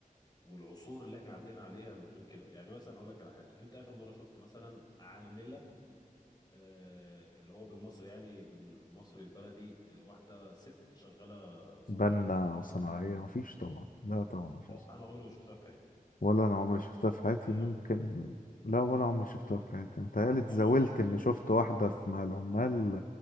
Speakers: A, on the left; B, on the left.
A: والعصور اللي احنا عدينا عليها بتقول كده يعني مثلا هقول لك على حاجه امتى اخر مره شفت مثلا عامله آه اللي هو بالمصري يعني بالمصري البلدي آه واحده ست شغاله صنايعيه
B: بنا وصناعيه مفيش طبعا لا طبعا مفيش
A: أه، انا عمري ما شفتها في حياتي
B: ولا انا عمري شفتها في حياتي
A: فاهم
B: ممكن لا ولا عمري شفتها في حياتي متهيألي اتزاولت
A: انا عمري ما شفتها
B: اني
A: في
B: شفت
A: حياتي
B: واحدة في مع العمال